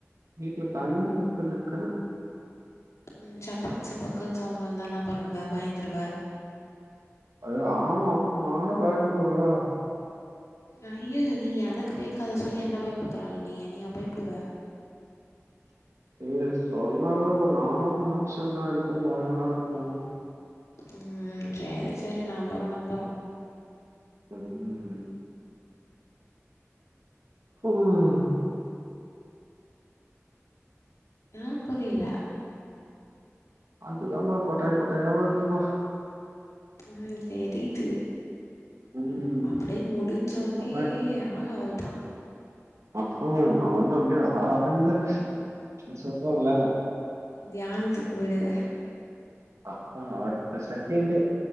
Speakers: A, on the right (about 80°); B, on the left (about 80°).
A: வீட்டுல தனியா பத்துனுக்குற
B: ம் சப்பக்கு சப்பக்குன்னு சவுண்ட் வந்தா என்னாப் பண்ணுவ பயந்துருவ
A: அது ஆமா அப்ப நானு பயப்படுவன்ல
B: ஐயகோ நீ எனக்கு பேய் கத சொல்லி என்ன பயம்புத்துற ஆள் நீ நீயா பயப்டுவ
A: ஏ சொன்னல இப்போ நானும் மனுசன் தா எனக்கும் பயன்லா இருக்குன்
B: ம் சேரி சேரி நம்புறோ நம்புறோ
A: ம் ஹான்
B: ஆன் புரிலெ
A: அது தாமா கொட்டாய் கொட்டாயா வருதுமா
B: ம் தெரிது
A: ம்
B: அப்டே முடிஞ்சோன்னே
A: அப்பா
B: ஆள் அவள்தா
A: ஆ ஆ நா வந்து அப்டே ஆழ்ந்த சொல்வாங்ள
B: தியானத்துக்கு போய்டுவ
A: அ பா அடுத்த செக்கெண்டே